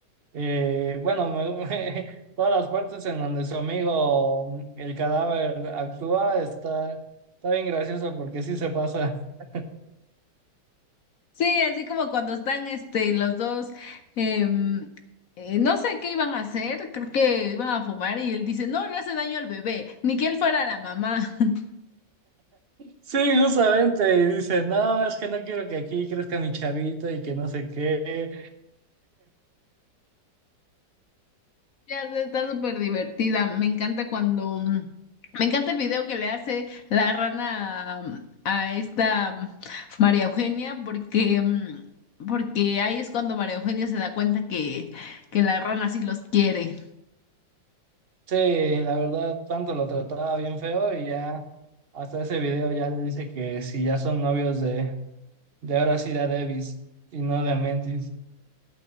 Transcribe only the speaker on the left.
Sí, así como cuando están este los dos em, eh, no sé qué iban a hacer, creo que iban a fumar y él dice, "No le hace daño al bebé, ni que él fuera la mamá." <laughs>
Ya sé, está súper divertida. Me encanta cuando mm, me encanta el video que le hace la rana a, a esta mm, María Eugenia porque mm, porque ahí es cuando María Eugenia se da cuenta que que la rana sí los quiere.